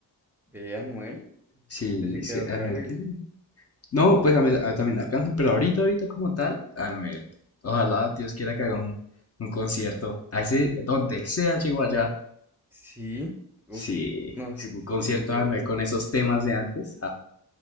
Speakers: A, in the centre; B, on the left.
A: ¿De Anuel?
B: Sí,
A: Yo pensé que
B: sí,
A: era Arcángel.
B: Anuel tiene. No, pues a mí- a- también Arcángel, pero ahorita, ahorita como tal, Anuel. Ojalá Dios quiera que haga un, un concierto. A ese, donde sea, llegó allá.
A: Sí, uff,
B: Sí,
A: no, es
B: sí,
A: que
B: un
A: sí,
B: concierto
A: severo.
B: de Anuel con esos temas de antes. ja.